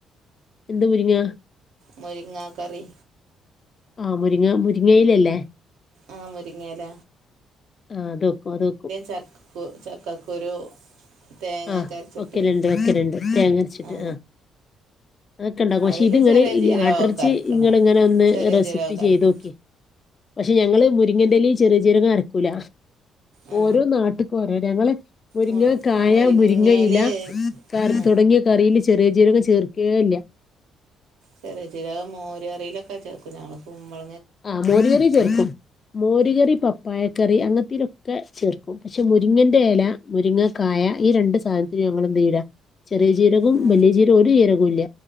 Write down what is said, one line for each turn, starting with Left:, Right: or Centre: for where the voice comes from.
Left: എന്ത് മുരിങ്ങ
Right: മുരിങ്ങ കറി
Left: ആഹ് മുരിങ്ങ മുരിങ്ങയിലല്ലേ
Right: ആഹ് മുരിങ്ങല
Left: ആ് അത് വെക്കും അത് വെക്കും
Right: ചക്കക്കു ചക്കക്കുരു തേങ്ങയൊക്കെ
Left: ആഹ്
Right: അരച്ചിട്ട്
Left: വെക്കല്ണ്ട് വെക്കല്ണ്ട് തേങ്ങരച്ചിട്ട്
Right: ആ
Left: ആഹ് അതൊക്കെ ഉണ്ടാക്കും
Right: അതിൽ
Left: പക്ഷെ ഇതിങ്ങനെ
Right: ചെറിയ ജീരകമൊക്കെ
Left: ആട്ടറച്ചി
Right: അരക്കണം
Left: ഇങ്ങൾ ഇങ്ങനെ ഒന്ന്
Right: ചെറിയ
Left: റെസിപ്പി
Right: ജീരകമൊക്കെ
Left: ചെയ്തോക്കി
Right: അരക്കും
Left: പക്ഷെ ഞങ്ങള് മുരിങ്ങിന്റെല ചെറിയ ചെറിയ ജീരകം അരക്കൂല
Right: ആ
Left: ഓരോ നാട്ട്ക്കും ഒരൊത ഞങ്ങള് മുരിങ്ങ
Right: മു
Left: ക ക്കായ
Right: മുരിങ്ങയിൽ
Left: മുരിങ്ങയില കറി
Right: ആ
Left: തൊടങ്ങിയ കറിയിൽ ചെറിയ ജീരകം ചേർക്കേ ഇല്ല
Right: ചെറിയ ജീരകം മോരിറിയിലൊക്കെ ചേർക്കും ഞങ്ങൾ കുമ്പള
Left: ആഹ് മോര് കറി ചേർക്കും മോര് കറി പപ്പായക്കറി അങ്ങനത്തലൊക്കെ ചേർക്കും പക്ഷെ മുരിങ്ങന്റെ എല മുരിങ്ങ കായ ഈ രണ്ട് സാധനത്തിന് ഞങ്ങൾ എന്ത ചെയടാ ചെറിയ ജീരകവും
Right: ആ
Left: വലിയ ജീരകവും ഒരു ജീരകവും ഇല്ല